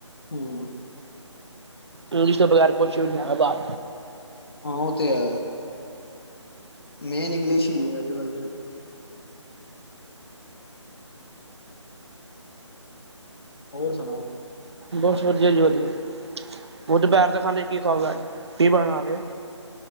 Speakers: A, on the left (about 55°); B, on the right (about 60°).
A: ਹੂੰ।
B: ਇੰਗਲਿਸ਼ ਦੇ ਬਗ਼ੈਰ, ਕੁਛ ਵੀ ਨਹੀਂ ਆ। ਬਾ
A: ਹਾਂ, ਉਹ ਤੇ ਹੈ। ਮੇਨ ਇੰਗਲਿਸ਼ ਹੀ ਹੈ। ਅੱਜਕੱਲ ਤੇ। ਹੋਰ ਸੁਣਾਓ?
B: ਬਸ, ਵਧੀਆ ਜੀ ਵਧੀਆ। ਉਹ ਦੋਪਹਿਰ ਦੇ ਖਾਣੇ ਚ ਕੀ ਖਾਊਗਾ ਅੱਜ ਕੀ ਬਣਾ ਰਹੇ ਹੋ?